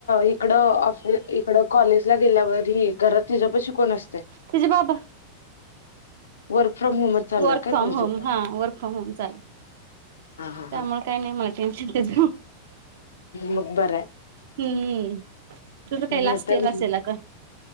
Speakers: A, on the left; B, on the right.
A: इकडं ऑफि इकडं कॉलेज ला गेल्यावर घरात तिच्यापाशी कोण असतयं?
B: तुझे बाबा
A: वर्क फ्रॉम होमच चालूयं
B: वर्क
A: काय?
B: फ्रॉम होम हा वर्क फ्रॉम होम चालेल
A: हा.
B: त्यामुळे
A: हा.
B: काय नाही मला टेन्शन त्याच <inaudible>
A: मग बरं आहे
B: हम्म तुझं काय लास्ट
A: नाहीतर
B: इयर असेल अगं